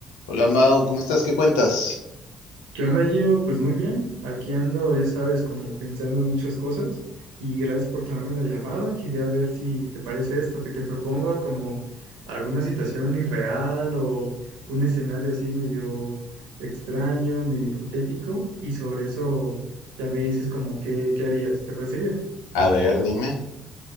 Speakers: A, on the left (about 85°); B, on the right (about 75°).
A: Hola Mau, ¿cómo estás? ¿Qué cuentas?
B: ¿Qué onda, Gio? Pues muy bien. Aquí ando, ya sabes, como pensando en muchas cosas. Y gracias por tomarme la llamada. Quería ver si te parece esto, que te proponga como alguna situación irreal o un escenario así medio extraño, medio hipotético. Y sobre eso ya me dices como qué, qué harías. ¿Te parece bien?
A: A ver, dime.